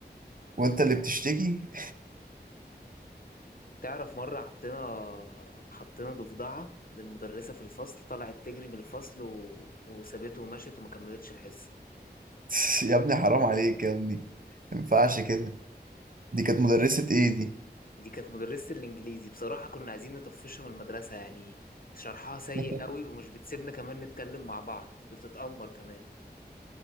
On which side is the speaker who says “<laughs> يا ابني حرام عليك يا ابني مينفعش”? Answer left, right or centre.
Right